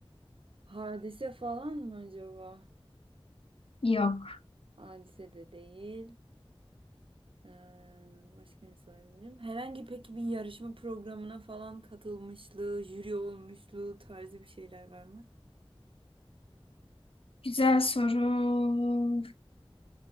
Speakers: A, on the right; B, on the left.
A: Hadise falan mı acaba?
B: Yok.
A: Hadise de değil. Ee, başka ne sorabilirim? Herhangi peki bir yarışma programına falan katılmışlığı, jüri olmuşluğu tarzı bir şeyler var mı?
B: Güzel soru.